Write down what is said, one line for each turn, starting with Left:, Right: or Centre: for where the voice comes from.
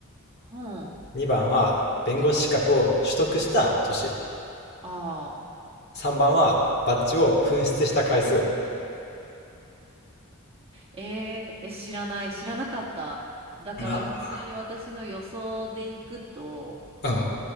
Right: ほん。あ
Left: 2番は弁護士資格を取得した年
Right: あ。
Left: 3番はバッジを紛失した回数。
Right: えー、え知らない。知らなかった。だから普通に私の予想でいくと、
Left: あうん。